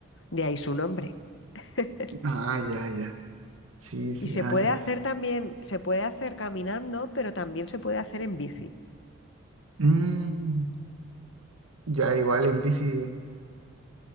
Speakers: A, on the left (about 60°); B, on the right (about 90°).
A: de ahí su nombre. <laughs>
B: Ah, ya, ya, sí, sí,
A: Y se
B: ah,
A: puede
B: ya.
A: hacer también, se puede hacer caminando, pero también se puede hacer en bici.
B: Mm, ya, igual en bici,